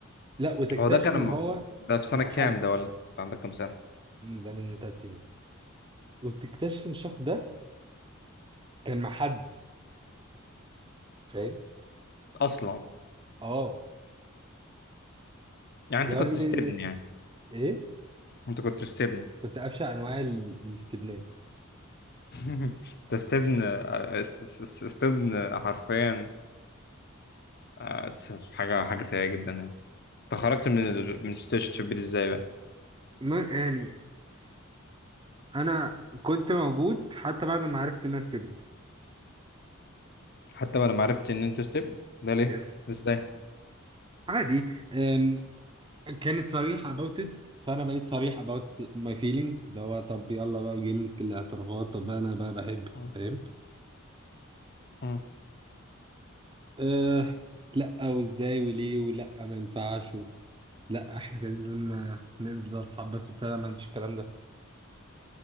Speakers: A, on the right; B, on the left.
A: لا وتكتشف
B: هو ده كان
A: ان
B: المف...
A: هو
B: ده في سنة
A: مع
B: كام
A: حد
B: ده ولا انت كنت عندك كام سنة
A: ده من ثلاث سنين وتكتشف ان الشخص ده كان مع حد فاهم
B: اصلا
A: اه
B: يعني
A: اللي
B: انت
A: هو
B: كنت
A: ايه ده
B: استبن
A: ايه ده
B: يعني
A: ايه
B: انت كنت استبن
A: كنت أبشع أنواع ال- الاستبنات
B: <laughs> انت استبن است- است- استبن حرفيا است- حاجة حاجة سيئة جدا يعني انت خرجت من ال... من السيتويشن شيب دي ازاي بقى
A: ما يعني انا كنت موجود حتى بعد ما عرفت الناس سيبني
B: حتى بعد ما عرفت ان انت استبن ده ليه
A: يس
B: ازاي
A: عادي أم، كانت صريحة about it فانا بقيت صريح about my feelings اللي هو طب يلا بقى جملة الاعترافات طب انا بقى بحب
B: مم.
A: فاهم
B: مم.
A: أه لا وازاي وليه ولا ما ينفعش و... لا احنا كده لازم آه، نفضل اصحاب بس وبتاع ما عنديش الكلام ده